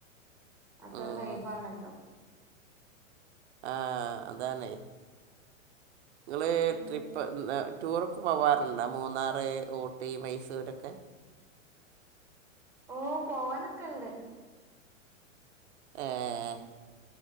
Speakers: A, in the centre; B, on the right (about 55°).
A: അതൊരു
B: ഉം.
A: വൈബാണല്ലോ.
B: ആ അതാണ്. നിങ്ങള്
A: ഉം
B: ട്രിപ്പ് മ് ടൂറൊക്ക പോവാറുണ്ടൊ മൂന്നാറ് ഊട്ടി മൈസൂരൊക്കെ
A: ഓ പോലൊക്കെ ഉണ്ട്.
B: ഏഹ്